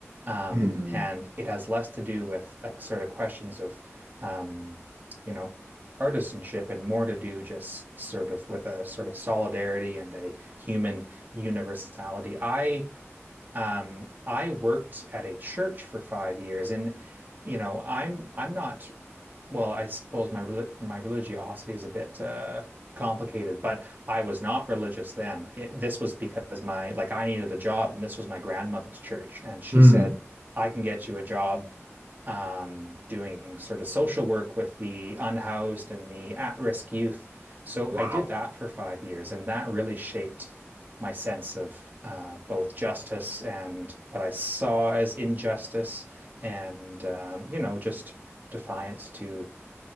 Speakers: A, on the right; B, on the right.
A: um,
B: Mhm.
A: and it has less to do with uh, sort of questions of um, you know partisanship and more to do just sort of with a sort of solidarity and a human universality. I um, I worked at a church for five years, and you know, I'm I'm not well. I suppose my reli my religiosity is a bit uh, complicated, but I was not religious then. It, this was because my like I needed a job, and this was my grandmother's church, and she
B: Mm.
A: said, "I can get you a job um, doing sort of social work with the unhoused and the at-risk youth. So
B: Wow.
A: I did that for five years, and that really shaped my sense of uh, both justice and what I saw as injustice, and um, you know, just defiance to